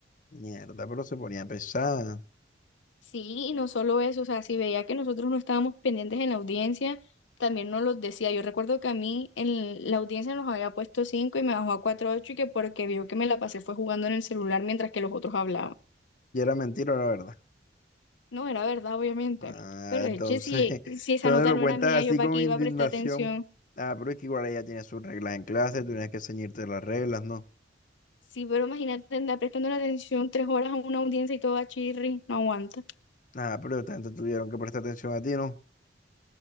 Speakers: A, on the left; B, on the left.
A: mierda, pero se ponía pesada.
B: Sí, y no solo eso, o sea, si veía que nosotros no estábamos pendientes en la audiencia, también nos los decía. Yo recuerdo que a mí en la audiencia nos había puesto 5 y me bajó a cuatro ocho y que porque vio que me la pasé fue jugando en el celular mientras que los otros hablaban.
A: Y era mentira, la verdad.
B: No, era verdad, obviamente.
A: Ah,
B: Pero de
A: entonces,
B: hecho, si,
A: <laughs>
B: si esa
A: entonces
B: nota
A: lo
B: no
A: cuentas
B: era mía, yo
A: así
B: para
A: con
B: qué iba
A: indignación.
B: a prestar atención.
A: Ah, pero es que igual ella tiene sus reglas en clase, tú tienes que ceñirte las reglas, ¿no?
B: Sí, pero imagínate andar prestando la atención tres horas a una audiencia y todo a chirri, no aguanta.
A: Ah, pero esta gente tuvieron que prestar atención a ti, ¿no?